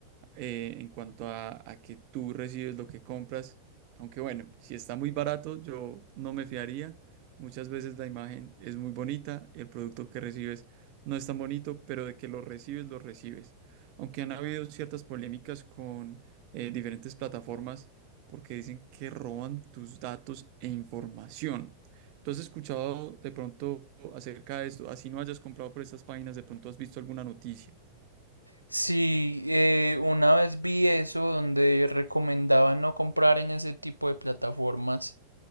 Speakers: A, on the right; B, on the right.
A: eh, en cuanto a, a que tú recibes lo que compras. Aunque bueno, si está muy barato, yo no me fiaría. Muchas veces la imagen es muy bonita, el producto que recibes no es tan bonito, pero de que lo recibes, lo recibes. Aunque han habido ciertas polémicas con eh, diferentes plataformas porque dicen que roban tus datos e información. ¿Tú has escuchado de pronto acerca de esto? Así no hayas comprado por estas páginas, de pronto has visto alguna noticia.
B: Sí, eh, una vez vi eso donde recomendaban no comprar en ese tipo de plataformas.